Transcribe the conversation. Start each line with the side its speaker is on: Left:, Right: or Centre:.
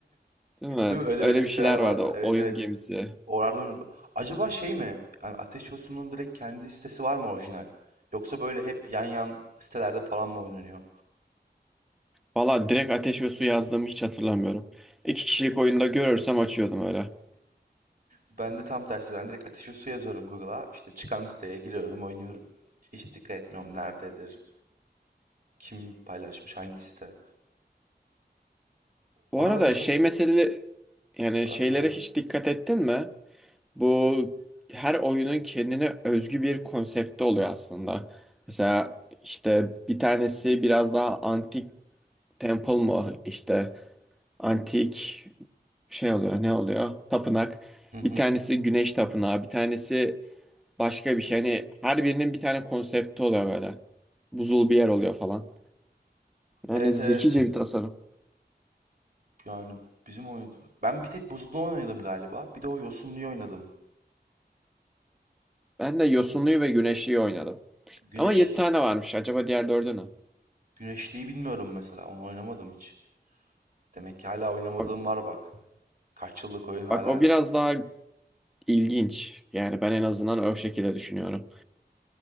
Centre: Değil mi?
Right: Değil mi? Öyle
Centre: Öyle
Right: öyle siteler
Centre: bir şeyler
Right: vardı.
Centre: vardı oyun
Right: Evet evet.
Centre: gemisi.
Right: Oralarda oynuyordu. Acaba şey mi? Yani Ateş ve Su'nun direkt kendi sitesi var mı orijinal? Yoksa böyle hep yan yan sitelerde falan mı oynanıyor?
Centre: Valla direkt ateş ve su yazdığımı hiç hatırlamıyorum. İki kişilik oyunda görürsem açıyordum öyle.
Right: Ben de tam tersi. Ben direkt ateşi su yazıyorum Google'a. İşte çıkan siteye giriyorum, oynuyorum. Hiç dikkat etmiyorum nerededir, kim paylaşmış, hangi site.
Centre: Bu
Right: Ona
Centre: arada
Right: bence çok...
Centre: şey mesele yani
Right: Pardon
Centre: şeylere
Right: devam
Centre: hiç
Right: et.
Centre: dikkat ettin mi? Bu her oyunun kendine özgü bir konsepti oluyor aslında. Mesela işte bir tanesi biraz daha antik temple mı işte antik şey oluyor ne oluyor tapınak.
Right: Hı hı.
Centre: Bir tanesi güneş tapınağı bir tanesi başka bir şey. Hani her birinin bir tane konsepti oluyor böyle. Buzul bir yer oluyor falan.
Right: Evet
Centre: Yani zekice
Right: evet.
Centre: bir tasarım.
Right: Yani bizim oyundu. Ben bir tek buzlu oynadım galiba. Bir de o yosunluyu oynadım.
Centre: Ben de yosunluyu ve güneşliyi oynadım.
Right: Güneş...
Centre: Ama 7 tane varmış. Acaba diğer dördü ne?
Right: Güneşliği bilmiyorum mesela. Onu oynamadım hiç. Demek ki hala oynamadığım
Centre: Bak,
Right: var bak. Kaç yıllık oyun hala.
Centre: bak o biraz daha İlginç. Yani ben en azından o şekilde düşünüyorum.